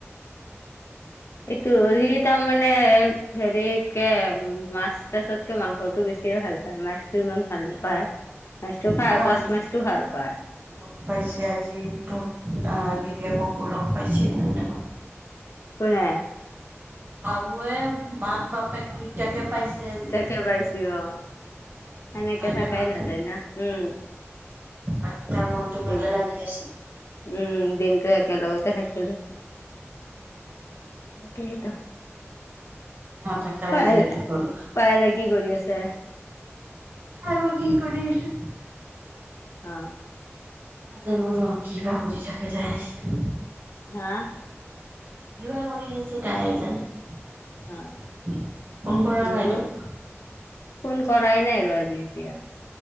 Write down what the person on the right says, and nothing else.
আৰু
আজি
তোকো
লগ
লগ পাইছে আজি তটো আহ, গিৰিয়েককো লগ পাইছে, ধন্যবাদ।
বাবুৱে মাক, বাপেক দুইটাকে পাইছে আজি।
হয় নে
নহয়?
আজি তাৰ মনতো ভাল
লাগি আছে।
নাথাকাই
যিহেতু ঘৰত।
তাই বা কি কৰি আছে।
নাজানো ৰহ কিবা কৰি থাকে তাই।
কিবা কৰি আছে, তাইহে জানে ফোন
কৰা
নাই তোক।